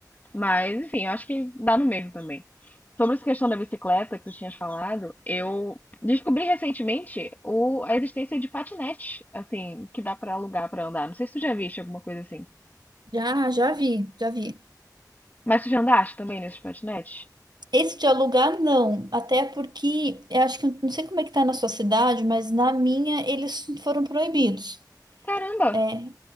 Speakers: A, on the left; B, on the right.
A: Mas, enfim, eu acho que dá no mesmo também. Sobre essa questão da bicicleta que tu tinhas falado, eu descobri recentemente o- a existência de patinete, assim, que dá pra alugar pra andar. Não sei se tu já viste alguma coisa assim.
B: Já, já vi, já vi.
A: Mas tu já andaste também nesses patinetes?
B: Esse de alugar, não. Até porque, eu acho que, não sei como é que tá na sua cidade, mas na minha eles foram proibidos.
A: Caramba!
B: É,